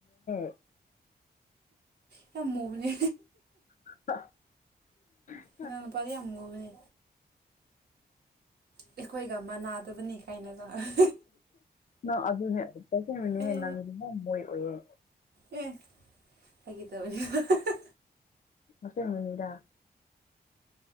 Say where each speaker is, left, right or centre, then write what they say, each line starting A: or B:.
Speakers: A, on the left; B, on the right.
A: <unintelligible>
B: ꯈꯔ ꯃꯨꯕꯅꯦ
A: ꯇꯥ <inaudible>
B: ꯏꯅꯥꯎꯅꯨꯄꯥꯗꯤ ꯌꯥꯝ ꯃꯨꯕꯅꯦ ꯑꯩꯈꯣꯏꯒ ꯃꯥꯅꯗꯕꯅꯦ ꯀꯩꯅꯣꯗꯣ <unintelligible>
A: <inaudible> ꯅꯪ ꯑꯗꯨꯅꯦ ꯇꯩꯁꯦꯡꯅꯅꯦꯍꯦ
B: ꯑꯦ
A: ꯅꯪꯗꯤꯅꯦ ꯃꯣꯏ ꯑꯣꯏꯌꯦ
B: ꯑꯦ ꯑꯩꯒꯤ ꯇꯥ <unintelligible>
A: ꯑꯁꯦꯡꯕꯅꯤꯗ